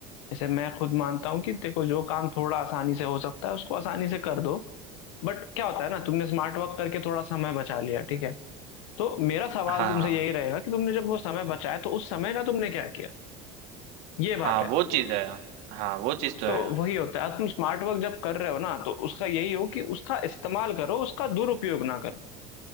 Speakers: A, on the left; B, on the right.
A: जैसे मैं खुद मानता हूँ कि देखो जो काम थोड़ा आसानी से हो सकता है उसको आसानी से कर दो बट क्या होता है ना तुमने स्मार्ट वर्क करके थोड़ा समय बचा लिया ठीक है तो मेरा सवाल
B: हाँ
A: तुमसे यही रहेगा कि तुमने जब वो समय बचाया तो उस समय का तुमने क्या किया ये बात
B: हाँ
A: है
B: वो चीज है हाँ वो चीज तो
A: तो
B: है
A: वही होता है तुम स्मार्ट वर्क जब कर रहे हो ना तो उसका यही हो कि उसका इस्तेमाल करो उसका दुरुपयोग ना करो